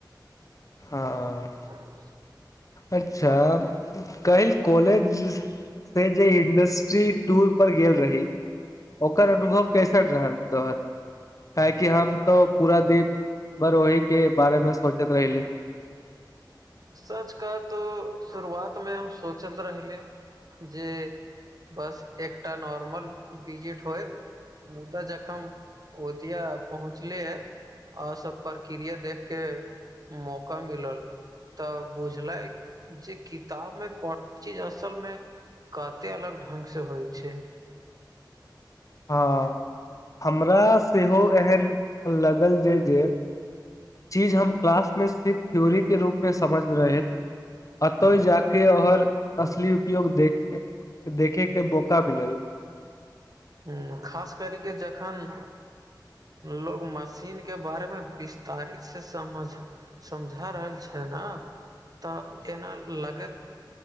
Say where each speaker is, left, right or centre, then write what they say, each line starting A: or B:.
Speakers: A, on the left; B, on the right.
A: हँ।
B: <unintelligible>
A: अच्छा काॅलेज से जे इन- जी टूर पर गेल रही, ओकर अनुभव कैसन रहल तोहर? काहे कि हम तो पूरा दिन बर ओहिके बारेमे सोचैत रहीले
B: सच कह तो शुरुआतमे हम सोचैत रहले जे बस एकटा नॉर्मल बीजिट होइ मुदा जखन ओदिया पहुँचलियै आर सब प्रक्रिया देखके मौका मिलल तॅं बुझलै जे किताबमे पढ़ल चीज असलमे कते अलग ढंगसे होइ छै?
A: हँ, हमरा सेहो एहन लागल जे जे चीज हम क्लासमे सिर्फ थ्योरीके रूपमे समझ रहेैत अतय जाके आऔर असली उपयोग देखै के देखेकेॅं मौका मिलल
B: हूॅं, खासकर के जखन लोग मशीनके बारेमे- विस्तारितसे समझ सम- -झा रहल छै ने तॅं एना लगैत